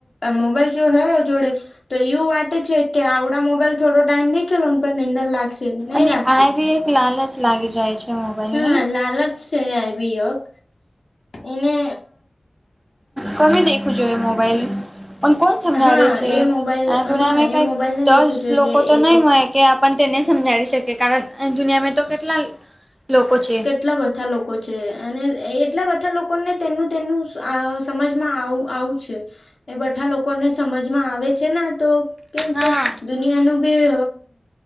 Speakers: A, on the left; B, on the right.
A: મોબાઈલ જો જોડે તો એવું વાટે છે કે આવડા મોબાઈલ થોડો ટાઈમ દેખેલોને પણ નીંદર લાગશે નહીં
B: અને
A: લાગતી
B: આ બી લાલચ લાગી જાય છે મોબાઈલની
A: હા લાલ જ છે આ બીયોગ એને
B: કમે દેખુંજો એ મોબાઈલ પણ કોણ સમજાવે
A: હા
B: છે
A: એ મોબાઈલ
B: આ દુનિયામાં
A: હા એ
B: કઈ
A: મોબાઈલ ને
B: દસ
A: દેખવું જોઈએ
B: લોકો તો
A: એ
B: નહી મળે કે પણ તેને સમજાડી શકે કારણ દુનિયા તો કેટલા લોકો છે
A: એટલા બધા લોકો છે અને એટલા બધા લોકોને તેનું તેનું સમજમાં આવું આવ એ બધા લોકોને સમજમાં આવે છે ને તો કેમ
B: હા
A: છે દુનિયાનું ી